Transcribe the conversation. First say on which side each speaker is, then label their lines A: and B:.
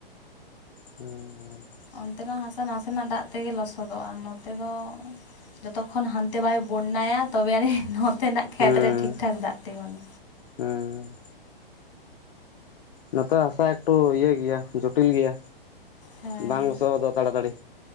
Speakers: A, on the left; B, on the left.
A: ᱦᱩᱸᱻ
B: ᱚᱱᱛᱮᱱᱟᱜ ᱦᱟᱥᱟ ᱱᱟᱥᱮᱱᱟᱜ ᱫᱟᱜ ᱛᱮᱜᱮ ᱞᱚᱥᱚᱫᱚᱜᱼᱟ ᱱᱚᱛᱮ ᱫᱚ ᱡᱚᱛᱚ ᱠᱷᱚᱱ ᱦᱟᱱᱛᱮ ᱵᱟᱭ ᱵᱚᱱᱟᱭᱟ ᱛᱚᱵᱮ ᱟᱹᱱᱤᱡ ᱱᱚᱛᱮᱱᱟᱜ ᱠᱷᱮᱛᱨᱮ
A: ᱦᱩᱸ
B: ᱴᱷᱤᱠ ᱴᱷᱟᱠ ᱫᱟᱜ ᱛᱤᱸᱜᱩᱱᱟ
A: ᱦᱩᱸ ᱱᱚᱛᱮ ᱦᱟᱥᱟ ᱮᱠᱴᱩ ᱤᱭᱟᱹ ᱜᱮᱭᱟ ᱡᱚᱴᱤᱞ ᱜᱮᱭᱟ
B: ᱦᱮᱸ
A: ᱵᱟᱝ ᱥᱚᱦᱚᱫ ᱫᱚ ᱛᱟᱲᱟᱛᱟᱲᱤ